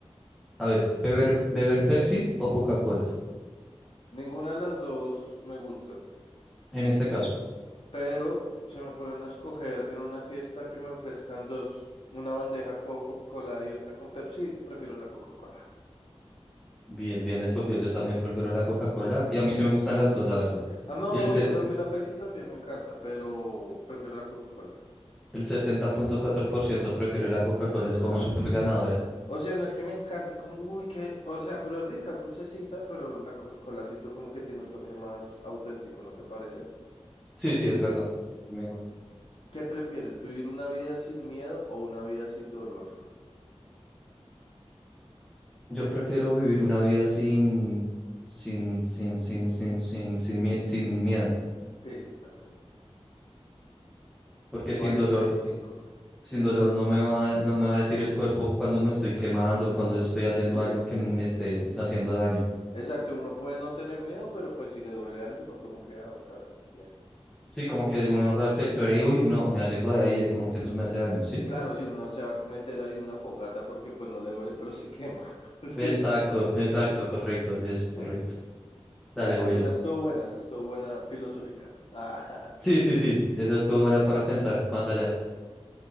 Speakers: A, in the centre; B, on the left.
A: A ver, beber, beber Pepsi o Coca-Cola,
B: Ninguna de las dos me gustan.
A: en este caso.
B: Pero si me ponen a escoger en una fiesta que me ofrezcan dos, una bandeja con Coca-Cola y otra con Pepsi, prefiero la Coca-Cola.
A: Bien, bien escogido. Yo también prefiero la Coca-Cola y a mí sí me gustan las dos, la verdad.
B: Ah, no,
A: Y el
B: obvio,
A: sete-
B: a mí la Pepsi también me encanta, pero prefiero la Coca-Cola,
A: el setenta punto cuatro por ciento prefiero la Coca-Cola, es
B: claro.
A: como súper ganadora.
B: O sea, no es que me encante, como, uy, que, o sea, pero es rica, es dulcecita, pero la Coca-Cola siento como que tiene un toque más auténtico, ¿no te parece?
A: Sí, sí, es verdad. Es mejor.
B: ¿Qué prefieres, vivir una vida sin miedo o una vida sin dolor?
A: Yo prefiero vivir una vida sin, sin, sin, sin, sin, sin, sin, mie- sin miedo,
B: Sí, yo también.
A: porque
B: cuarenta
A: sin dolor,
B: y cinco
A: sin dolor no me va, a- no me va a decir el cuerpo cuando me estoy quemando, cuando estoy haciendo
B: Sí.
A: algo que me esté haciendo daño.
B: Exacto, uno puede no tener miedo, pero pues si le duele algo, no como queda o tal. Bien.
A: Sí, como que uno reflexiona y, uy, no, me alejo de ahí, eh, como que eso me hace daño, ¿sí?
B: Claro, si uno se va a meter ahí una fogata porque pues no le duele, pero se quema. <laughs> Sí,
A: Exacto,
B: exacto.
A: exacto, correcto, es correcto.
B: Sí, sí. sí.
A: Dale,
B: Dale,
A: voy yo.
B: esa estuvo buena, esa estuvo buena filosófica. Ah, <laughs> jaja,
A: Sí, sí, sí, esa estuvo buena para pensar más allá.